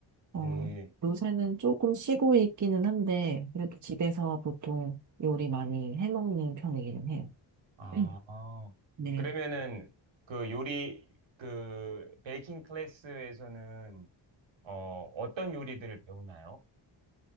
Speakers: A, on the right; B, on the right.
A: 어,
B: 네.
A: 요새는 조금 쉬고 있기는 한데, 그래도 집에서 보통 요리 많이 해먹는 편이기는 해요.
B: 아,
A: <clears throat> 네.
B: 그러면은 그 요리 그 베이킹 클래스에서는 어 어떤 요리들을 배우나요?